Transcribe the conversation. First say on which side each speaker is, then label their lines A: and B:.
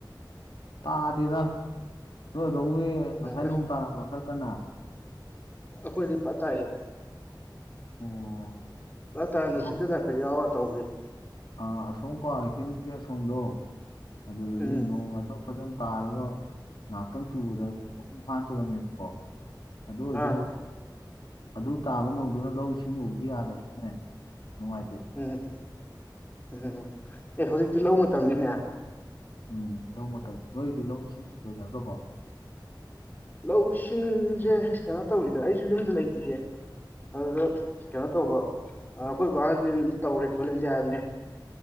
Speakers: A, on the left; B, on the left.
A: ꯇꯥꯗꯦꯗ ꯅꯣꯏ ꯑꯗꯣꯝꯒꯤ ꯉꯁꯥꯏ
B: ꯑꯣ ꯑꯦ
A: ꯅꯣꯡ ꯇꯥꯔꯝꯕ꯭ꯔꯣ ꯈꯔ ꯀꯟꯅ
B: ꯑꯩꯈꯣꯏꯗꯤ ꯇꯥꯏꯌꯦ
A: ꯑꯣ
B: ꯑ ꯇꯥꯏꯅꯅꯨꯡꯁꯤꯛꯗ
A: ꯑꯁꯣꯝ
B: ꯍꯥꯏꯐꯦꯠ ꯌꯥꯎꯔ ꯇꯧꯒꯦ
A: ꯑꯥ ꯑꯁꯣꯝ ꯀꯣ ꯏꯊꯦꯡꯒꯤ ꯑꯁꯣꯝꯗꯣ ꯑꯗꯨꯗꯗꯤ
B: ꯎꯝ
A: ꯅꯣꯡꯥꯗꯣ ꯐꯖꯅ ꯇꯥꯔꯒ ꯉꯥꯏꯍꯥꯛꯇꯪ ꯆꯨꯕꯗ ꯃꯄꯨꯡ ꯐꯥꯅ ꯆꯨꯔꯝꯃꯦꯕꯀꯣ ꯑꯗꯨ ꯑꯣꯏꯁꯨ
B: ꯑꯥ
A: ꯑꯗꯨ ꯇꯥꯕ ꯅꯣꯡꯗꯨꯅ ꯂꯧ ꯏꯁꯤꯡ ꯎꯕꯗꯤ ꯌꯥꯗꯕꯅꯤꯅꯅꯦ ꯅꯨꯡꯉꯥꯏꯇꯦꯕ
B: ꯎꯝ ꯎꯝ ꯑꯦ ꯍꯧꯖꯤꯛꯇꯤ ꯂꯧ ꯃꯇꯝꯅꯤꯅꯦ
A: ꯎꯝ ꯂꯧ ꯃꯇꯝ ꯅꯣꯏꯒꯤꯗꯤ ꯂꯧ ꯏꯁꯤꯡ ꯂꯣꯏꯅꯈ꯭ꯔꯕꯣ
B: ꯂꯧꯁꯤꯡꯖꯦ ꯀꯩꯅꯣ ꯇꯧꯔꯤꯗ ꯑꯩꯁꯨ ꯌꯨꯝꯗ ꯂꯩꯇꯦꯌꯦ ꯑꯗꯨꯗ ꯀꯩꯅꯣ ꯇꯧꯕ ꯑꯩꯈꯣꯏ ꯕꯍꯥꯟꯗꯤ ꯑꯗꯨꯝ ꯇꯧꯔꯦ ꯈꯣꯠꯍꯦꯟꯗꯦ ꯍꯥꯏꯕꯅꯤ